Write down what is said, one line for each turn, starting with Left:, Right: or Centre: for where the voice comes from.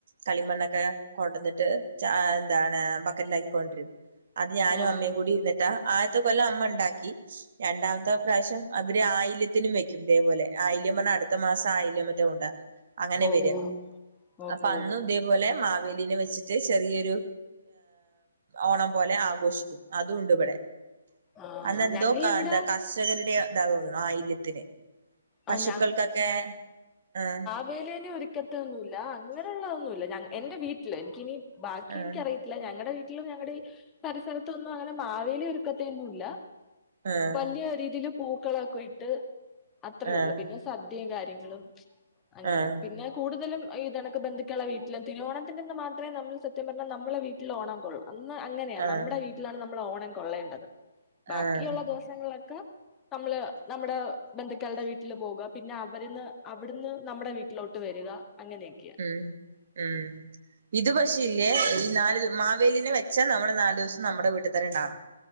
Right: കളിമണ്ണൊക്കെ കൊണ്ടന്നിട്ട് ചാ എന്താണ് ബക്കറ്റിലാക്കി കൊണ്ട് വരും അത് ഞാനും
Left: ആഹാ
Right: അമ്മയും കൂടി ഇരുന്നിട്ടാ ആദ്യത്തെ കൊല്ലം അമ്മ ഉണ്ടാക്കി രണ്ടാമത്തെ പ്രാവശ്യം അവര് ആയില്യത്തിനും വെക്കും ഇതേപോലെ ആയില്യം പറഞ്ഞ അടുത്ത മാസം ആയില്ല്യം <unintelligible> അങ്ങനെ
Left: ഓഹോ
Right: വരിക
Left: ഓഹോ
Right: അപ്പോ അന്നും ഇതേ പോലെ മാവേലിനെ വെച്ചിട്ട് ചെറിയൊരു ഓണം പോലെ ആഘോഷിക്കും അതും ഉണ്ട് ഇവടെ
Left: ആഹ്
Right: അന്നെന്തോ
Left: ഞങ്ങളിവിടെ
Right: കാന്താ കർഷകരുടെ ഇതാ തോന്നണു ആയില്യത്തിന് പശുക്കൾക്കൊക്കെ
Left: ആഹ്
Right: ആഹ്
Left: മാവേലീനെ ഒരുക്കത്തൊന്നുവില്ല അങ്ങനെ ഉള്ളതൊന്നുവില്ല ഞ എന്റെ വീട്ടില് എനിക്കിനി ബാക്കി
Right: ആഹ്
Left: എനിക്ക്‌ അറിയ ത്തില്ല ഞങ്ങടെ വീട്ടിലും ഞങ്ങടെ ഈ പരിസരത്തും ഒന്നും അങ്ങനെ മാവേലിയെ ഒരുക്കത്തൊന്നുമില്ല
Right: ആഹ്
Left: വല്ല്യ രീതിയില് പൂക്കളം ഒക്കെ ഇട്ട് അത്രേ
Right: ആഹ്
Left: ഉള്ളൂ പിന്നെ സദ്യയും കാര്യങ്ങളും അങ്ങനെ
Right: ആഹ്
Left: പിന്നെ കൂടുതലും ഇത് പോണക്ക് ബന്ധുക്കളുടെ വീട്ടിലും തിരുവോണത്തിന്റെ അന്ന് മാത്രമേ നമ്മൾ സത്യം പറഞ്ഞാ നമ്മളെ വീട്ടിൽ ഓണം കൊള്ളൂ അന്ന് അങ്ങനെയാ
Right: ആഹ്
Left: നമ്മുടെ വീട്ടിലാണ് നമ്മൾ ഓണം കൊള്ളേണ്ടത് ബാക്കിയുള്ള
Right: ആഹ്
Left: ദിവ ങ്ങളൊക്കെ നമ്മള് നമ്മുടെ ബന്ധുക്കളുടെ വീട്ടില് പോകാം പിന്നെ അവരന്ന് അവിടുന്ന് നമ്മുടെ വീട്ടിലോട്ട് വരിക അങ്ങനെയൊക്കെയാ
Right: ഉം ഉം ഇത് പക്ഷേ ഇല്ലേ ഈ നാല് മാവേലിനെ വെച്ചാ നമ്മള് നാല് ദിവസം നമ്മുടെ വീട്ട് തന്നെ ഇണ്ടാവണം.